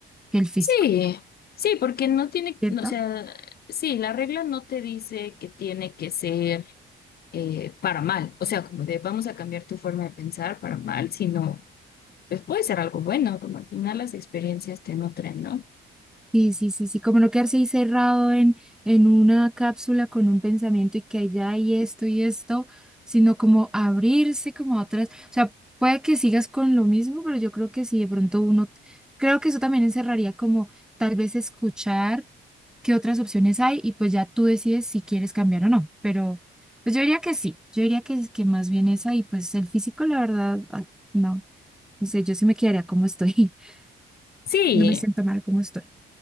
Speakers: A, in the centre; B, on the left.
A: que el físico,
B: Sí, sí, porque no tiene,
A: ¿cierto?
B: no, o sea, sí, la regla no te dice que tiene que ser. eh, para mal, o sea, como de vamos a cambiar tu forma de pensar para mal, sino pues puede ser algo bueno, como al final las experiencias te nutren, ¿no?
A: Sí, sí, sí, sí, como no quedarse ahí cerrado en, en una cápsula con un pensamiento y que allá hay esto y esto, sino como abrirse como a otras, o sea, puede que sigas con lo mismo, pero yo creo que si de pronto uno, creo que eso también encerraría como tal vez escuchar qué otras opciones hay y pues ya tú decides si quieres cambiar o no, pero pues yo diría que sí, yo diría que, es- que más bien esa y pues el físico, la verdad, ah, no, no sé, yo sí me quedaría como estoy, <laughs>
B: Sí,
A: no me siento mal como estoy.